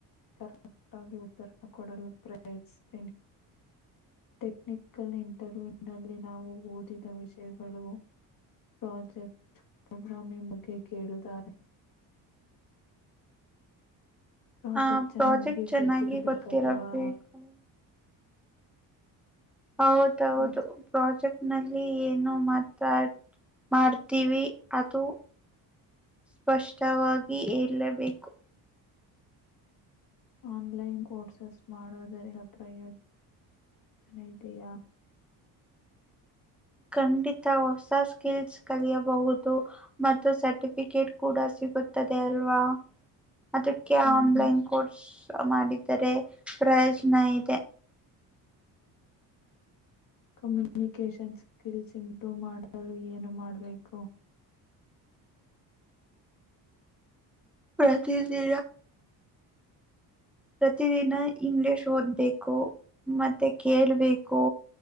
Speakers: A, on the left; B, in the centre.
A: ಕರೆಕ್ಟ್ ಆಗಿ ಉತ್ತರ ಕೊಡಲು ಪ್ರಯತಸ್ತೇನೆ ಟೆಕ್ನಿಕಲ್ ಇಂಟರ್ವ್ಯೂ ನಲ್ಲಿ ನಾವು ಓದಿದ ವಿಷಯಗಳು ಪ್ರಾಜೆಕ್ಟ್ ಪ್ರೋಗ್ರಾಮಿಂಗ್ ಬಗ್ಗೆ ಕೇಳಾರೆ ಪ್ರಾಜೆಕ್ಟ್
B: ಆ
A: ಚೆನ್ನಾಗಿ
B: ಪ್ರಾಜೆಕ್ಟ್ ಚೆನ್ನಾಗಿ
A: ಗೊತ್ತಿರ್ಬೇಕಲ್ವಾ
B: ಗೊತ್ತಿರಬೇಕು ಹೌದೌದು
A: ಹೌದು
B: ಪ್ರಾಜೆಕ್ಟ್ ನಲ್ಲಿ ಏನು ಮಾತಾ ಮಾಡ್ತೀವಿ ಅದು ಸ್ಪಷ್ಟವಾಗಿ ಹೇಳಬೇಕು
A: ಆನ್ಲೈನ್ ಕೋರ್ಸಸ್ ಮಾಡೋದರಿ <unintelligible> ಪ್ರಯೋಜನ ಇದೆಯಾ
B: ಖಂಡಿತ ಹೊಸ ಸ್ಕಿಲ್ಸ್ ಕಲಿಯಬಹುದು. ಮತ್ತು ಸರ್ಟಿಫಿಕೇಟ್ ಕೂಡ ಸಿಗುತ್ತದೆ ಅಲ್ವಾ ಅದಕ್ಕೆ
A: ಹ್ಮ್
B: ಆನ್ಲೈನ್ ಕೋರ್ಸ್ ಮಾಡಿದ್ದರೆ ಪ್ರಯೋಜನ ಇದೆ.
A: ಕಮ್ಯುನಿಕೇಶನ್ ಸ್ಕಿಲ್ಸ್ ಇಂಪ್ರೂವ್ ಮಾಡಲು ಏನು ಮಾಡಬೇಕು?
B: ಪ್ರತಿದಿನ ಪ್ರತಿದಿನ ಇಂಗ್ಲಿಷ್ ಓದ್ಬೇಕು ಮತ್ತ ಮತ್ತೆ ಕೇೇಳಬೇಕು